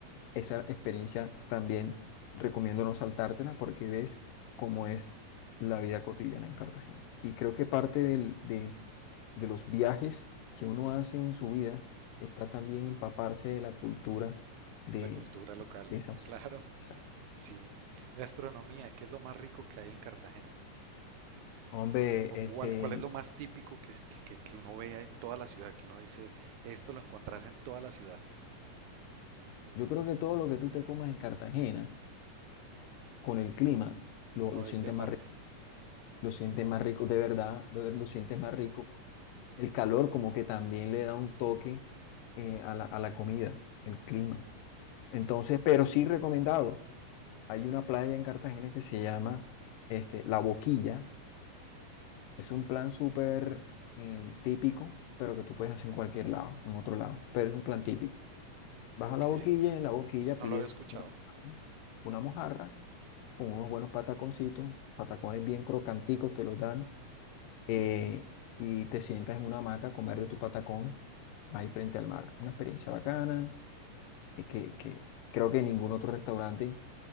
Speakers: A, on the left (about 85°); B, on the right (about 75°).
A: esa experiencia también recomiendo no saltártela porque ves cómo es la vida cotidiana en Cartagena. Y creo que parte del- de, de los viajes que uno hace en su vida está también empaparse de la cultura de,
B: La cultura local,
A: de esas
B: <laughs>
A: zonas.
B: claro, sí. Gastronomía, ¿qué es lo más rico que hay en Cartagena?
A: Hombre,
B: ¿O
A: este,
B: cuál, cuál es lo más típico que, es- que, que- que uno vea en toda la ciudad? Que uno dice, esto lo encontrás en toda la ciudad.
A: yo creo que todo lo que tú te comas en Cartagena, con el clima, lo,
B: Modestia
A: lo sientes
B: aparte.
A: más rico, lo sientes más rico, de verdad, lo, lo sientes más rico. El calor como que también le da un toque eh, a la, a la comida, el clima. Entonces, pero sí recomendado. Hay una playa en Cartagena que se llama este, La Boquilla. Es un plan súper eh, típico, pero que tú puedes hacer en cualquier lado, en otro lado, pero es un plan típico. Vas
B: Ok,
A: a la boquilla y en la boquilla
B: no
A: pides
B: lo había escuchado.
A: una, una mojarra con unos buenos pataconcitos, patacones bien crocanticos te los dan eh, y te sientas en una hamaca a comer de tu patacón ahí frente al mar. Una experiencia bacana eh, que, que creo que ningún otro restaurante